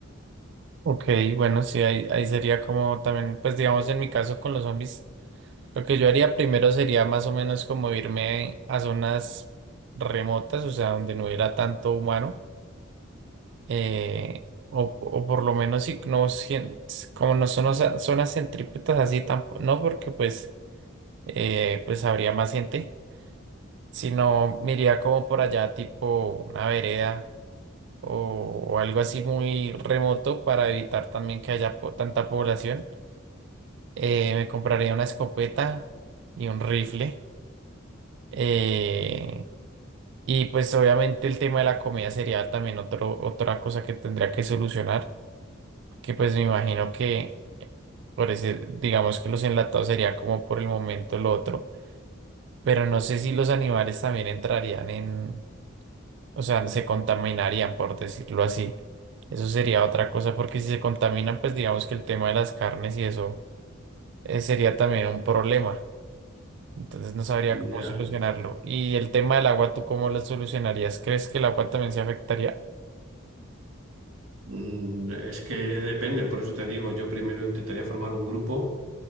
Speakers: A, on the right; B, on the right.
A: Ok, bueno, sí, ahí, ahí sería como también, pues digamos en mi caso con los zombies, lo que yo haría primero sería más o menos como irme a zonas remotas, o sea, donde no hubiera tanto humano. eh, o, o por lo menos si no sien- como no son osa- zonas centrípetas así tampoco, no porque pues eh, pues habría más gente, sino me iría como por allá tipo una vereda o, o algo así muy remoto para evitar también que haya po- tanta población. Eh, me compraría una escopeta y un rifle. eh, y pues obviamente el tema de la comida sería también otro, otra cosa que tendría que solucionar, que pues me imagino que Por decir, digamos que los enlatados sería como por el momento el otro, pero no sé si los animales también entrarían en, o sea, se contaminarían, por decirlo así. Eso sería otra cosa, porque si se contaminan, pues digamos que el tema de las carnes y eso eh, sería también un problema. Entonces no sabría cómo
B: Ya.
A: solucionarlo. Y el tema del agua, ¿tú cómo lo solucionarías? ¿Crees que el agua también se afectaría?
B: Mm, Es que depende, por eso te digo, yo primero intentaría formar un grupo,